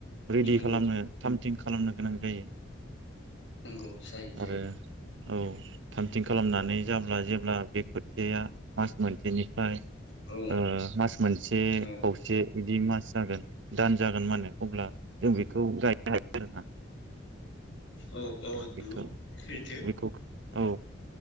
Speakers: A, on the right; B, on the left.
A: रेडि
B: नंगौ
A: खालामनो थामथिं खालामनो गोनां जायो।
B: नोंगौ जाय जाय
A: आरो औ थामथिं खालामनानै जाब्ला जेब्ला बे खोथिया मास मोनसेनि ओमफ्राय
B: औ
A: ओ मास मोनसे
B: औ
A: खावसे बिदि मास जागोन दान जागोन माने अब्ला जों बेखौ गायनो हायो आरोना
B: औ औ
A: बेखो
B: नंगौ सैथो
A: बेखौ औ